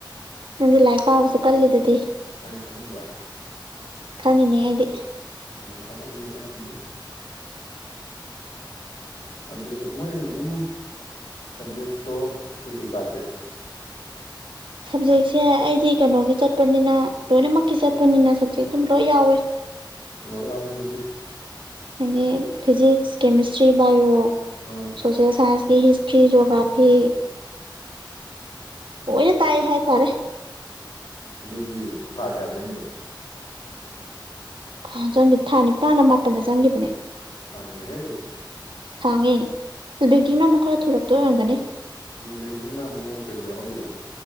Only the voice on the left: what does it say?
ꯅꯪ ꯈꯪꯉꯤꯕ
ꯎꯝ ꯈꯪꯉꯝꯅꯤ ꯈꯪꯉꯝꯅꯤ ꯑꯗꯨ ꯃꯣꯏ ꯑꯗꯨꯝ ꯁꯞꯖꯦꯛꯇꯣ ꯀꯩꯀꯩ ꯇꯥꯛꯀꯦ
ꯂꯣꯏ ꯌꯥꯎꯋꯦꯗꯤ
ꯑꯥ
ꯑꯗꯨꯗꯤ ꯊꯥ ꯀꯌꯥ ꯆꯪꯉꯤꯕ
ꯁꯥꯡꯉꯤꯍꯦ
ꯕꯦꯡꯀꯤꯡꯅ ꯑꯃꯨꯛ ꯀꯩꯅꯣ ꯌꯥꯎꯍꯧꯗꯣꯏꯔꯥ